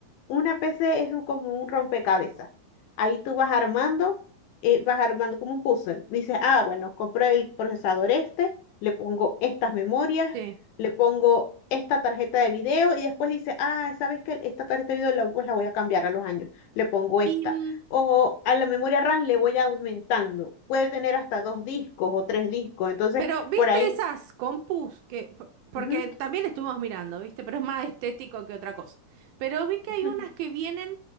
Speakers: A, on the left (about 80°); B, on the right (about 80°).
A: una PC es un- como un rompecabezas. Ahí tú vas armando, eh, vas armando como un puzzle. Dices, ah, bueno, compro el procesador este, le pongo estas memorias,
B: Sí.
A: le pongo esta tarjeta de video y después dices, ah, ¿sabes qué? Esta tarjeta de video la, pues la voy a cambiar a los años. Le pongo
B: Y,
A: esta
B: mm,
A: o a la memoria RAM le voy aumentando. Puede tener hasta dos discos o tres discos. Entonces,
B: pero, ¿viste
A: por ahí.
B: esas compus que, por- porque
A: ujú.
B: también estuvimos mirando, ¿viste? Pero es más estético que otra cosa. Pero vi que
A: <laughs>
B: hay unas que vienen,